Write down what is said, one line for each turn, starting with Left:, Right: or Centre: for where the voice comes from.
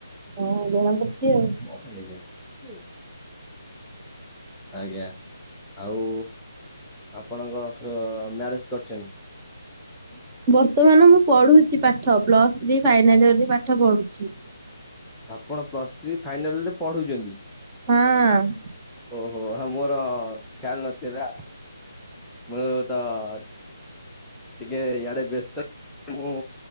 Right: ହଁ ଜଣା ପଡୁଚି ଆଉ।
Centre: କଁ ପାଇଁ ଯାଇଚନ୍ତି? ଆଜ୍ଞା। ଆଉ ଆପଣଙ୍କ ଅସ ମ୍ୟାରେଜ୍ କରିଚନ୍ତି?
Right: ବର୍ତ୍ତମାନ ମୁଁ ପଢୁଚି ପାଠ। ପ୍ଲସ୍ ଥ୍ରୀ ଫାଇନାଲ ଇୟରିଲି ପାଠ ପଢୁଚି।
Centre: ଆପଣ ପ୍ଲସ୍ ଥ୍ରୀ ଫାଇନାଲ ରେ ପଢୁଚନ୍ତି?
Right: ହଁ।
Centre: ଓହୋ ମୋର ଖ୍ୟାଲ ନଥିଲା ମୁଁ ତ -- ଟିକିଏ ଇଆଡେ ବ୍ୟସ୍ତ। ମୁଁ